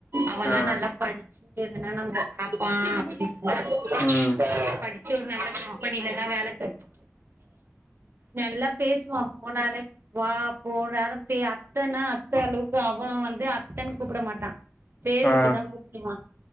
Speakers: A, on the right (about 50°); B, on the left (about 30°).
A: அவன
B: ஆ
A: நல்லா படி சி எதுனா நம்போ அப்பா அப்ப
B: ம்
A: படிச்சு ஒரு நல்ல கம்பெனிலதா வேல கடச்சு நல்லா பேசுவா போனாலே வா போனு அனுப்பி அத்தன்னா அத்த அளவுக்கு அவ வந்து அத்தன்னு கூப்ட மாட்டா பேரூட்டு
B: ஆ
A: தா கூப்புடுவா